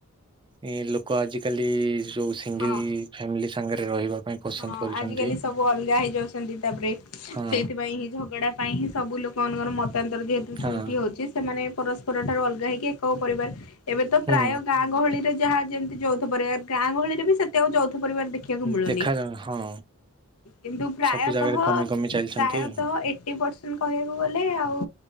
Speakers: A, on the right; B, on the left.
A: ଏ ଲୋକ ଆଜିକାଲି ଯୋଉ ସିଙ୍ଗଲ
B: ହଁ
A: ଫ୍ୟାମିଲି ସାଙ୍ଗରେ ରହିବା ପାଇଁ ପସନ୍ଦ
B: ହଁ
A: କରୁଛନ୍ତି।
B: ଆଜିକାଲି ସବୁ ଅଲଗା ହେଇଯାଉଛନ୍ତି ତା ପରେ
A: ହଁ
B: ସେଇଥିପାଇଁ ହିଁ ଝଗଡା ପାଇଁ ହିଁ ସବୁ ଲୋକମାନଙ୍କର ମତାନ୍ତର ଯେହେତୁ ସୃଷ୍ଟି
A: ହଁ
B: ହେଉଛି ସେମାନେ ପରସ୍ପର ଠାରୁ ଅଲଗା ହେଇକି ଏକ ପରିବାର ଏବେ ତ
A: ହୁଁ
B: ପ୍ରାୟ ଗାଁ ଗହଳିରେ ଯାହା ଯେମିତି ଯୌଥ ପରିବାର ଗାଆଙ୍ଗହଳି ରେ ବି ସେତେ ଆଉ ଯୌଥ ପରିବାର ଦେଖିବାକୁ ମିଳୁନି।
A: ଦେଖାଯାଉ ହଁ।
B: କିନ୍ତୁ ପ୍ରାୟତଃ
A: ସବୁ ଜାଗାରେ କମି କମି ଚାଲିଛନ୍ତି
B: ପ୍ରାୟତଃ ଏଟୀ ପରସେଣ୍ଟ କହିବାକୁ ଗଲେ ଆଉ